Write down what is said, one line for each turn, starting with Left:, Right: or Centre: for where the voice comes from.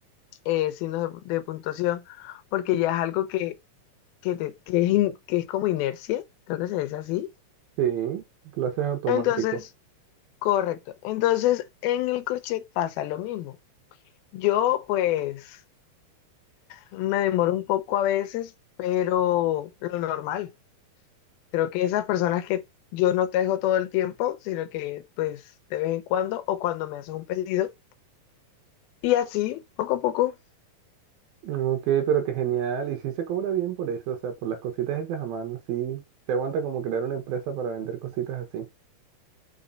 Left: eh, signos de, de puntuación, porque ya es algo que, que, te- que es in- que es como inercia, creo que se dice así.
Right: Sí, clases automático.
Left: Entonces, correcto. Entonces, en el crochet pasa lo mismo. Yo, pues, me demoro un poco a veces, pero lo normal. Creo que esas personas que yo no tejo todo el tiempo, sino que, pues, de vez en cuando o cuando me haces un pedido. Y así, poco a poco.
Right: Ok, pero qué genial. Y sí se cobra bien por eso, o sea, por las cositas hechas a mano, sí. Se aguanta como crear una empresa para vender cositas así.